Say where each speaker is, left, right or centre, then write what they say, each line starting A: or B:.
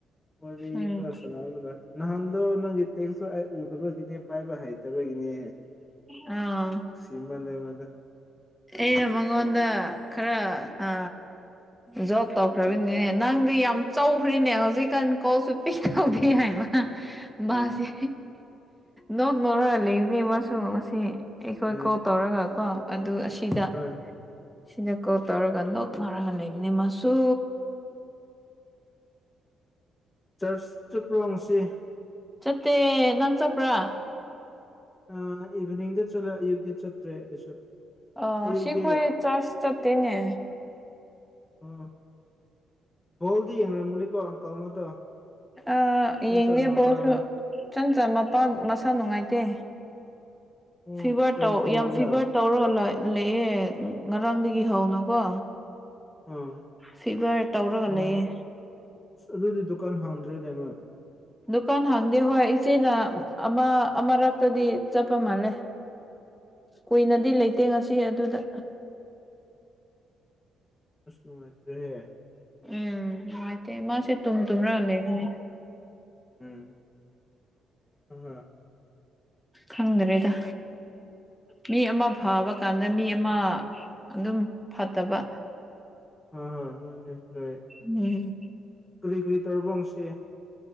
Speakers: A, on the left; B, in the centre.
A: ꯋꯔꯤ
B: ꯎꯝ
A: ꯈꯔ ꯁꯅꯒꯗ ꯅꯍꯟꯗ‌ꯣ ꯅꯪꯒꯤ ꯇꯦꯡꯁꯨ ꯑꯩ ꯎꯗꯕꯒꯤꯅꯦ ꯄꯥꯏꯕ ꯍꯩꯇꯕꯒꯤꯅꯦ
B: ꯑꯥ
A: ꯁꯤꯃꯜ ꯂ‌ꯦ ꯃꯗꯨ
B: ꯑꯩꯅ ꯃꯉꯣꯟꯗ ꯈꯔ ꯑ ꯖꯣꯕ ꯇꯧꯈ꯭ꯔꯕꯅꯦ ꯅꯪꯗꯤ ꯌꯥꯝ ꯆꯧꯈ꯭ꯔ‌ꯦꯅꯦ ꯍꯧꯖꯤꯛꯀꯥꯟ ꯀꯧꯁꯨ ꯇꯧꯗꯦ ꯍꯥꯏꯕ ꯃꯥꯁꯦ
A: ꯎꯝ
B: ꯅꯣꯛ ꯅꯔ ꯂꯩꯕꯅꯦ ꯃꯥꯁꯨ ꯉꯁꯤ ꯑꯩꯈꯣꯏ
A: ꯎꯝ
B: ꯀꯣꯜ ꯇꯧꯔꯒ ꯀꯣ ꯑꯗꯨ ꯑꯁꯤꯗ
A: ꯍꯣꯏ
B: ꯁꯤꯗ ꯀꯣꯜ ꯇꯧꯔꯒ ꯅꯣꯛ ꯃꯥꯔꯒ ꯂꯩꯕꯅꯤ ꯃꯥꯁꯨ
A: ꯆꯔꯆ ꯆꯠꯄ꯭ꯔ‌ꯣ ꯉꯁꯤ
B: ꯆꯠꯇꯦ ꯅꯪ ꯆꯠꯄ꯭ꯔꯥ
A: ꯑ ꯏꯚꯤꯅꯤꯡꯗ ꯆꯠꯂ ꯑꯌꯨꯛꯇꯤ ꯆꯠꯇ꯭ꯔꯦ ꯑꯩꯁꯨ
B: ꯑ
A: ꯑꯌꯨꯛꯇꯤ
B: ꯁꯤꯈꯣꯏ ꯆꯔ꯭ꯆ ꯆꯠꯇꯦꯅꯦ
A: ꯎꯝ ꯕꯣꯜꯗꯤ ꯌꯦꯡꯔꯝꯒꯅꯤꯀꯣ ꯑꯪꯀꯜ ꯑꯃꯗꯣ
B: ꯑ
A: ꯏꯆꯟꯆꯟ
B: ꯌꯦꯉꯦ
A: ꯃꯄꯥꯗꯣ
B: ꯕ‌ꯣꯜꯁꯨ ꯆꯟ ꯆꯟ ꯃꯄꯥꯟ ꯃꯁꯥ ꯅꯨꯡꯉꯥꯏꯇꯦ
A: ꯑꯣ
B: ꯐꯤꯚꯔ
A: ꯀꯩ
B: ꯇꯧ
A: ꯀꯩꯒꯤꯔꯥ
B: ꯌꯥꯝ ꯐꯤꯚꯔ ꯇꯧꯔꯒ ꯂꯩꯌ‌ꯦ ꯉꯔꯥꯡꯗꯒꯤ ꯍꯧꯅꯀꯣ
A: ꯑꯥ
B: ꯐꯤꯚꯔ ꯇꯧꯔꯒ
A: ꯑꯣ
B: ꯂꯩꯌꯦ
A: ꯑꯗꯨꯗꯤ ꯗꯨꯀꯥꯟ ꯍꯥꯡꯗ꯭ꯔꯦꯅꯦꯃ
B: ꯗꯨꯀꯥꯟ ꯍꯥꯡꯗꯦ ꯍꯣꯏ ꯏꯆꯦꯅ ꯑꯃ ꯑꯃꯔꯛꯇꯗꯤ ꯆꯠꯄ ꯃꯥꯜꯂꯦ ꯀꯨꯏꯅꯗꯤ ꯂꯩꯇꯦ ꯉꯁꯤ ꯑꯗꯨꯗ
A: ꯑꯁ ꯅꯨꯉꯥꯏꯇ꯭ꯔꯦꯍꯦ
B: ꯎꯝ ꯅꯨꯉꯥꯏꯇꯦ ꯃꯥꯁꯦ ꯇꯨꯝ ꯇꯨꯝ꯭ꯔꯥ ꯂꯩꯕꯅꯦ
A: ꯎꯝ ꯍꯣꯏ ꯍꯣꯏ
B: ꯈꯪꯗ꯭ꯔꯦꯗ ꯃꯤ ꯑꯃ ꯐꯕ ꯀꯥꯟꯗ ꯃꯤ ꯑꯃ ꯑꯗꯨꯝ ꯐꯠꯇꯕ
A: ꯍꯣꯏ ꯍꯣꯏ ꯃꯥꯅꯦ ꯅꯣꯏ
B: ꯎꯝ
A: ꯀꯔꯤ ꯀꯔꯤ ꯇꯧꯔꯕ ꯉꯁꯤ